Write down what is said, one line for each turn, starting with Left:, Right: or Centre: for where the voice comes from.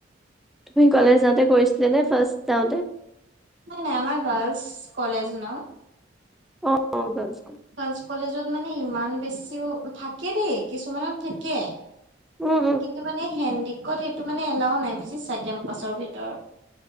Centre: তুমি কলেজলে যাওঁতে কৰিছিলে নে ফাৰ্ষ্ট যাওঁতে
Right: নাই নাই আমাৰ গাৰ্লচ কলেজ ন
Centre: অহ ভাল‌ আছো
Right: গাৰ্লচ কলেজত মানে ইমান বেছিও থাকে দেই কিছুমানত থাকে
Centre: উম
Right: কিন্তু মানে হেণ্ডিকত সেইটো মানে এলাও নাই বুজিছা কেম্পাছৰ ভিতৰত